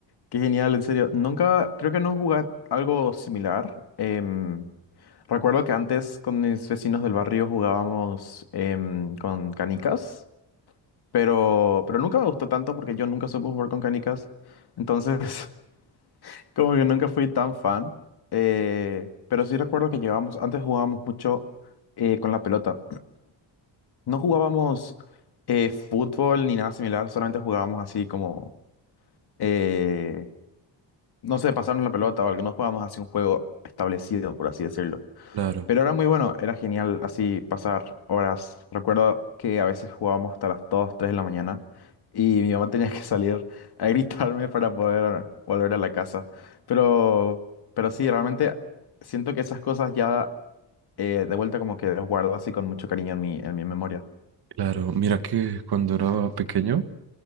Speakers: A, on the left; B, on the right.
A: Qué genial, en serio. Nunca, creo que no jugué algo similar. Em, recuerdo que antes con mis vecinos del barrio jugábamos em, con canicas, pero, pero nunca me gustó tanto porque yo nunca supe jugar con canicas. Entonces, <laughs> como que nunca fui tan fan. Eh, pero sí recuerdo que llevábamos, antes jugábamos mucho eh, con la pelota. No jugábamos eh, fútbol ni nada similar, solamente jugábamos así como eh, no sé, pasarnos la pelota o algo, no jugábamos así un juego establecido, por así decirlo.
B: Claro,
A: Pero era muy bueno, era genial así pasar horas. Recuerdo que a veces jugábamos hasta las 2 3 de la mañana y mi mamá tenía que salir a gritarme para poder volver a la casa. Pero, pero sí, realmente siento que esas cosas ya eh, de vuelta como que las guardo así con mucho cariño en mi, en mi memoria.
B: claro. Mira que cuando era pequeño,